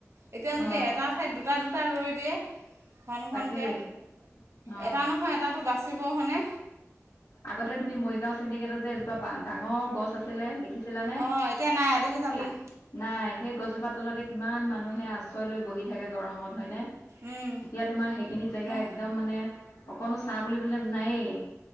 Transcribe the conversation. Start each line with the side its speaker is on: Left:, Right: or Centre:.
Right: এতিয়া যদি
Left: অ
Right: এটা ঠাইত দুটা দুটা ৰুই দিয়ে ঘন ঘনকে
Left: তাকেই অ
Right: এটা নহয় এটাটো বাচিব হয় নে।
Left: আগতে তুমি মৰিগাঁও চিণ্ডিকেট যে এজোপা ডাঙৰ গছ আছিলে দে দেখিছিলা নে,
Right: অঁ এতিয়া নাই দেখিছা
Left: সেই
Right: নাই?
Left: নাই সেই গজোপাতলতে কিমান মানুহে আশ্ৰয়লৈ বহি থাকে গৰমত হয়নে।
Right: উম
Left: এতিয়া তোমাৰ সেইখিনি জেগা
Right: নহ
Left: একদম মানে অকণো চা বুলিবলে নায়েই।